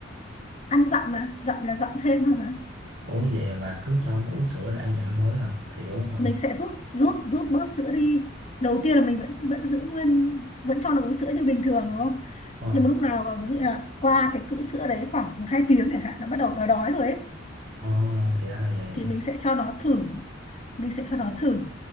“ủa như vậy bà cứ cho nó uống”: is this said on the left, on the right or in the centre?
Right